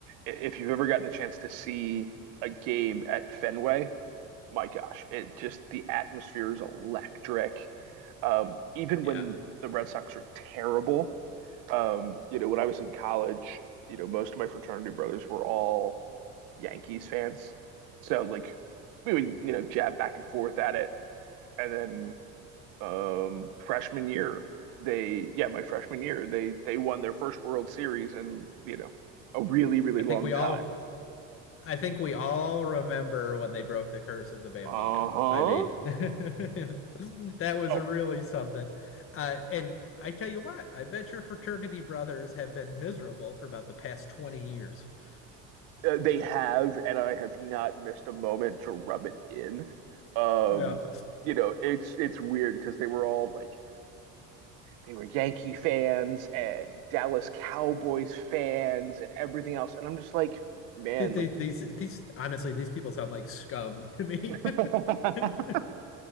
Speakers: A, on the right; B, on the left.
A: i- if you've ever gotten the chance to see a game at Fenway, my gosh, it just the atmosphere is electric. Um, even
B: Yeah.
A: when the Red Sox are terrible, um, you know, when I was in college, you know, most of my fraternity brothers were all Yankees fans. So like we would, you know, jab back and forth at it. And then um freshman year, they yeah, my freshman year, they they won their first World Series in, you know, a really, really
B: I think
A: long
B: we
A: time.
B: all I think we all remember when they broke the curse of the Bambino.
A: Uh-huh.
B: I mean, <laughs> that was
A: Oh,
B: really something. Uh, and I tell you what, I bet your fraternity brothers have been miserable for about the past 20 years. <laughs>
A: uh, they have, and I have not missed a moment to rub it in. Um,
B: Yeah.
A: you know, it's it's weird because they were all like they were Yankee fans and Dallas Cowboys fans and everything else. And I'm just like, man,
B: Th-
A: like
B: These, these, honestly, these people sound like scum to me.
A: <laughs>
B: <laughs>